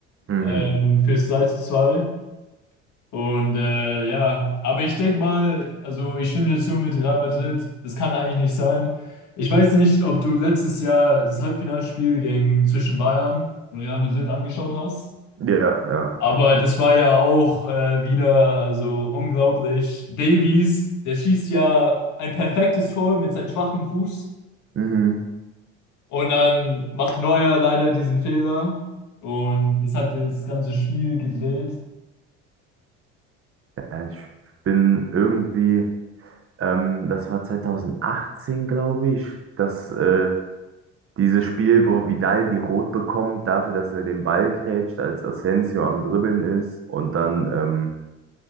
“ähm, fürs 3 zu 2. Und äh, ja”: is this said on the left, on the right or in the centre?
Left